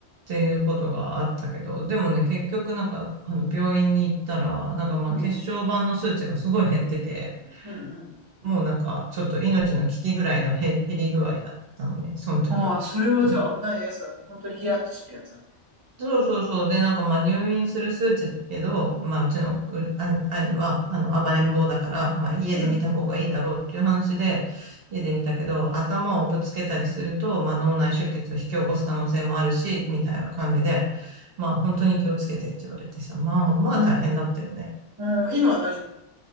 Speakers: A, on the right; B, on the right.
A: ていうことがあったけど、でもね、結局なんか、あの、病院に行ったら、なんかまあ、
B: うん、
A: 血小板の数値がすごい減ってて、
B: うん。うん
A: もうなんか、ちょっと命の危機ぐらいの減り減り具合だったのね、その時は。
B: ああ、それはじゃあ危ないやつだね。
A: うん
B: 本当にヒヤッとするやつだね。
A: そうそうそう。で、なんかまあ入院する数値だけど、まあうちのう兄兄は、
B: うん、
A: あの、暴れん坊だから、まあ家で見た方がいいだろうっていう話で、
B: うん、
A: 家で見たけど、頭をぶつけたりすると、まあ脳内出血を引き起こす可能性もあるし、みたいな感じで、まあ本当に気をつけてって言われてさ、まあまあ大変だったよね。
B: うん、うん。うん今は大丈夫。